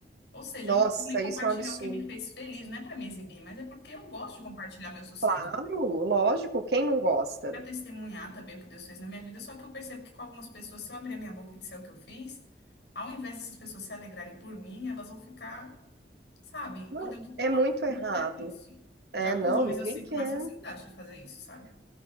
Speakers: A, on the left; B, on the right.
A: Ou seja,
B: Nossa,
A: eu não preciso nem compartilhar
B: isso é um absurdo.
A: o que me fez feliz, não é para me exibir, mas é porque eu gosto de compartilhar meu sucesso
B: Claro, lógico, quem não gosta?
A: para testemunhar também o que Deus fez na minha vida, só que eu percebo que com algumas pessoas, se eu abrir a minha boca e disser o que eu fiz, ao invés dessas pessoas se alegrarem por mim, elas vão ficar, sabe,
B: Não,
A: olhando
B: é
A: torto.
B: muito
A: Eu
B: errado.
A: Não quero isso.
B: É,
A: Já
B: não,
A: com os homens
B: ninguém
A: eu sinto
B: quer.
A: mais facilidade de fazer isso, sabe?